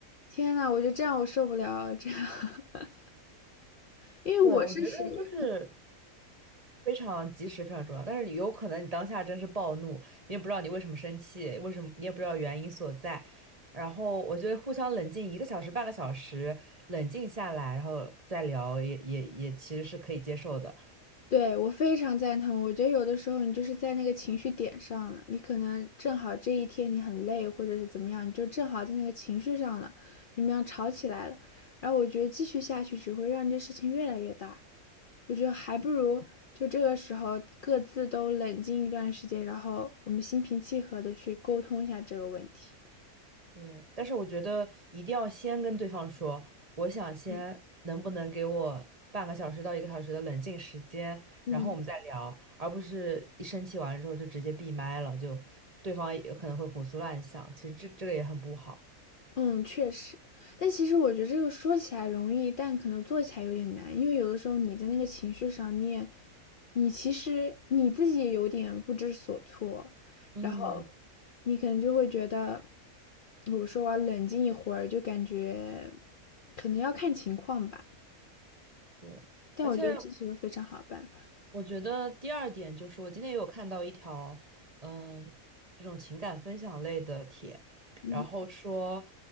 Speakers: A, on the left; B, on the right.
A: 天呐，我觉得这样我受不了啊，这样。<laughs> 因为我是属于，
B: 对，我觉得就是非常及时，非常重要。但是有可能你当下真是暴怒，你也不知道你为什么生气，为什么你也不知道原因所在。然后我觉得互相冷静一个小时、半个小时，冷静下来，然后再聊也，也也其实是可以接受的。
A: 对，我非常赞同。我觉得有的时候你就是在那个情绪点上了，你可能正好这一天你很累，或者是怎么样，你就正好在那个情绪上了，你们俩吵起来了。然后我觉得继续下去只会让这事情越来越大。我觉得还不如就这个时候各自都冷静一段时间，然后我们心平气和的去沟通一下这个问题。
B: 对，但是我觉得一定要先跟对方说，我想先能不能给我半个小时到一个小时的冷静时间，
A: 嗯。嗯。
B: 然后我们再聊，而不是一生气完之后就直接闭麦了，就对方也可能会胡思乱想，其实这这个也很不好。
A: 嗯，确实，但其实我觉得这个说起来容易，但可能做起来有点难，因为有的时候你在那个情绪上，你也，你其实你自己也有点不知所措，
B: 嗯，
A: 然后你可能就会觉得，我说我要冷静一会儿，就感觉可能要看情况吧，
B: 对，
A: 但我觉得这是一个非常好的办法。
B: 而且我觉得第二点就是，我今天也有看到一条，嗯、这种情感分享类的帖，
A: 嗯
B: 然后说